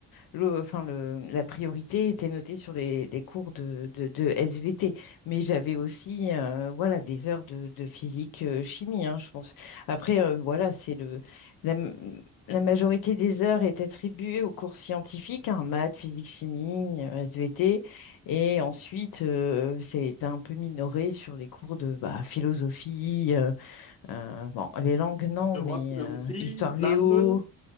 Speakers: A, on the left; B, on the left.
A: le, enfin le, la priorité était notée sur les, les cours de, de, de SVT, mais j'avais aussi euh, voilà des heures de, de physique euh, chimie, hein, je pense. Après, euh, voilà, c'est le la, m- la majorité des heures est attribuée aux cours scientifiques, hein, maths, physique, chimie, euh, SVT, et ensuite euh, c'est un peu minoré sur les cours de bah, philosophie, euh, euh, bon, les langues non,
B: je
A: mais
B: vois, philosophie,
A: euh, histoire géo.
B: langue,